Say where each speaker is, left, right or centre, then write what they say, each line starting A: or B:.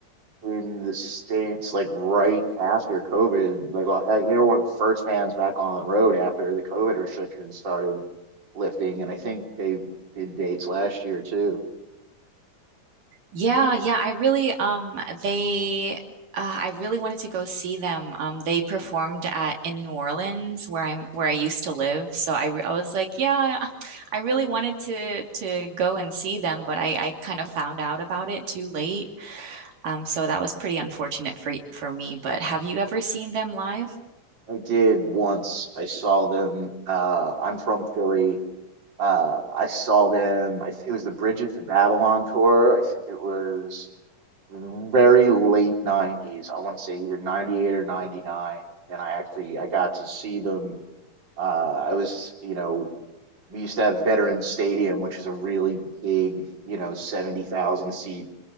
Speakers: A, on the right (about 35°); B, on the right (about 70°).
A: in the States, like, right after COVID, like, uh, like, they were one of the first bands back on the road after the COVID restrictions started lifting, and I think they did dates last year too.
B: Yeah, yeah, I really um they uh, I really wanted to go see them. Um they performed at in New Orleans where I'm where I used to live. So I re- I was like, yeah, I really wanted to to go and see them, but I I kind of found out about it too late. Um so that was pretty unfortunate for y- for me, but have you ever seen them live?
A: I did once. I saw them. Uh, I'm from Philly. Uh, I saw them. I, th- it was the Bridget to Babylon tour. I think it was very late 90s. I want to say either 98 or 99. And I actually I got to see them. Uh, I was, you know, we used to have Veterans Stadium, which is a really big, you know, 70,000 seat